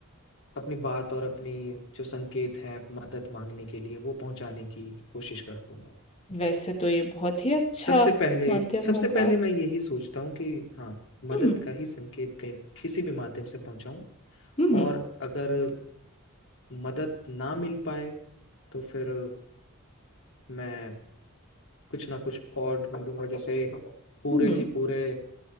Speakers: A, on the left; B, on the left.
A: अपनी बात और अपनी जो संकेत है मदद मांगने के लिए वो पहुंचाने की कोशिश करूंगा
B: वैसे तो ये बहुत ही अच्छा
A: सबसे पहले
B: माध्यम
A: सबसे
B: होगा
A: पहले मैं यही सोचता हूँ कि हाँ
B: हम्म
A: मदद का ही संकेत कहीं- किसी भी माध्यम से पहुंचाऊं
B: हम्म
A: और अगर मदद ना मिल पाए तो फिर मैं कुछ ना कुछ और ढूंढूंगा जैसे पूरे
B: हम्म हम्म,
A: की पूरे